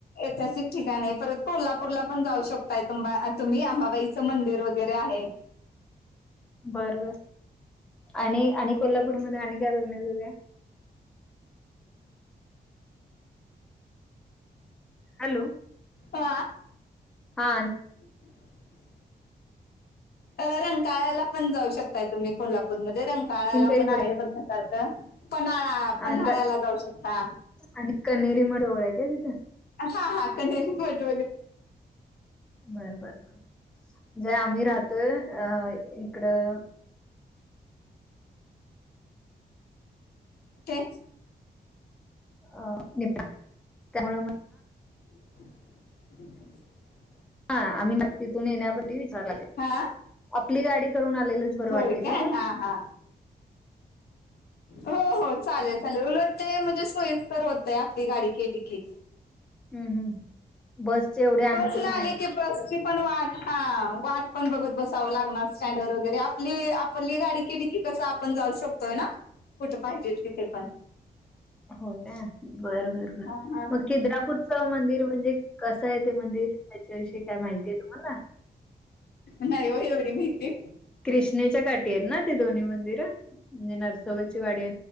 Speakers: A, on the left; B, in the centre.
A: ऐतहासिक ठिकाणी परत कोल्हापूरला पण जाऊ शकताय तु तुम्ही आंबाईचं मंदर व वगैरे आहेत
B: बरबर आणि आणि कोल्हापूर म आण का त हॅलो
A: ह
B: हा
A: ह. रंकाळला पण जाऊ शकताय तुम्ही कोल्हापूरमध्ये. रंकाळ्याला
B: आणखीन काही
A: पण आहे
B: बघ
A: बघण्यासारखं, पन्हाळा पन्हाळ्याला
B: आणि क
A: जाऊ शकता.
B: आणि कन्हेरी मठ जवळ आहे काय तिथं?
A: हा हा कनेरी मठ.
B: बर बर बर म्हणजे आम्ही राहतोय अ इकडं.
A: ते.....
B: अ नि त्यामुळे.
A: ड
B: हा आम्ही नक्की तून येणेण टीव्ही चाल.
A: हा
B: आपली गाडी करून आलेलंच बरं
A: होय
B: वाटते
A: काय
B: का ब.
A: हा हा हो हो चालेल चालेल उलटते म्हणजे सोयीस्कर होत. आपली गाडी केली की.
B: हम्म, हम्म... बसचे एवढे आणखून
A: बसन आले
B: मिळणार
A: की बसची, पण वाट हा वाट पण बघत बसाव लागणार स्टँड वर वगैरे आपली आपली गाडी केली की, कस आपण जाऊ शकतोय ना कुठे पाहिजे तिथे पण.
B: हो का बर बर बर
A: हा हा
B: मग खिद्रापूर च मंदिर. म्हणजे कस आहे ते मंदिर त्याच्याविषयी काय माहितीय तुम्हाला?
A: नाही एवढ माहिती.
B: कृष्णेच्या काठीी आहेत ना ते दोन्ही मंदिरं म्हणजे नरसोबाची वाडी,